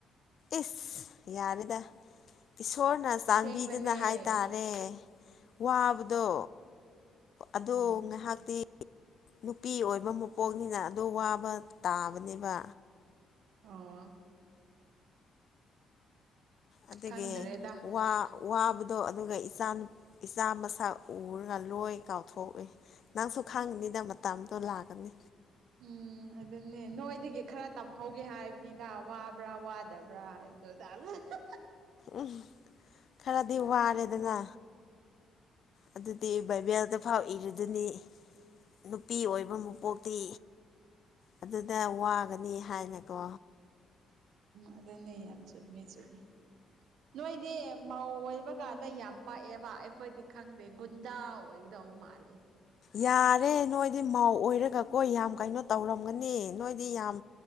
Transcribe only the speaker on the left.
ꯏꯁ ꯌꯥꯔꯦꯗ꯫ ꯏꯁꯣꯔꯅ ꯆꯥꯟꯕꯤꯗꯨꯅ
ꯍꯥꯏ ꯇꯥꯔꯦ꯫ ꯋꯥꯕꯗꯣ
ꯑꯗꯣ
ꯉꯥꯏꯍꯥꯛꯇꯤ ꯅꯨꯄꯤ ꯑꯣꯏꯕ ꯃꯄꯣꯛꯅꯤꯅ ꯑꯗꯣ ꯋꯥꯕ ꯇꯥꯕꯅꯦꯕ꯫
ꯑꯗꯒꯤ
ꯋꯥ ꯋꯥꯕꯗꯣ ꯑꯗꯨꯒ ꯏꯆꯥ ꯅꯨꯟ ꯏꯆꯥ ꯃꯁꯛ ꯎꯔꯒ ꯂꯣꯏ ꯀꯥꯎꯊꯣꯛꯑꯦ꯫ ꯅꯪꯁꯨ ꯈꯥꯡꯉꯅꯤꯗ ꯃꯇꯝꯗꯣ ꯂꯥꯛꯀꯅꯤ꯫
ꯎꯝ ꯈꯔꯗꯤ
ꯋꯥꯔꯦꯗꯅ꯫ ꯑꯗꯨꯗꯤ ꯕꯥꯏꯕꯦꯜꯗ ꯐꯥꯎ ꯏꯔꯗꯨꯅꯤ ꯅꯨꯄꯤ ꯑꯣꯏ ꯕ ꯃꯄꯣꯛꯇꯤ ꯑꯗꯨꯗ ꯋꯥꯒꯅꯤ ꯍꯥꯏꯅꯀꯣ꯫
ꯌꯥꯔꯦ ꯅꯣꯏꯗꯤ ꯃꯥꯑꫭ ꯑꯣꯏꯔꯒꯀꯣꯏ ꯌꯥꯝ ꯀꯩꯅꯣ ꯇꯧꯔꯝꯒꯅꯤ ꯅꯣꯏꯗꯤ ꯌꯥꯝ